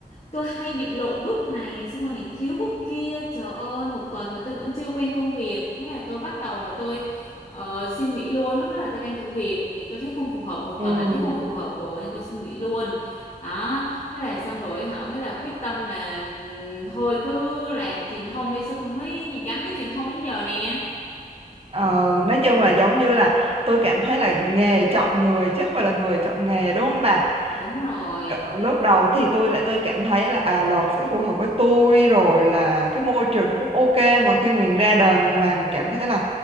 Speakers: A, on the left; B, on the right.
A: Tôi hay bị lộn bước này xong rồi thiếu bước kia trời ơi một tuần mà tôi vẫn chưa quen công việc thế là tôi bắt đầu là tôi ờ, xin nghỉ luôn lúc đó là tôi đang thử việc thì tôi thấy không phù hợp một
B: ừ.
A: tuần là thấy không phù hợp rồi nên tôi xin nghỉ luôn đó thế là xong rồi họ mới là quyết tâm là ừm, thôi cứ làm truyền thông đi xong rồi mới gắn với truyền thông đến giờ nè
B: ờ, nói chung là giống như là tôi cảm thấy là nghề chọn người chứ không phải là người chọn nghề đúng không bà
A: đúng rồi
B: Cỡ- lúc đầu thì tôi lại tôi cảm thấy là à luật sẽ phù hợp với tôi rồi là cái môi trường nó cũng ok mà khi mình ra đời mình làm mình cảm thấy là